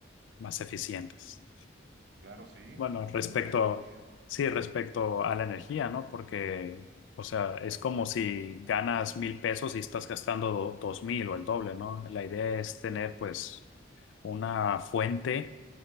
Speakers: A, on the left; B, on the right.
A: más eficientes.
B: Claro, sí,
A: Bueno,
B: usando
A: respecto,
B: la energía.
A: sí, respecto a la energía, ¿no? Porque, o sea, es como si ganas mil pesos y estás gastando do- dos mil o el doble, ¿no? La idea es tener, pues, una fuente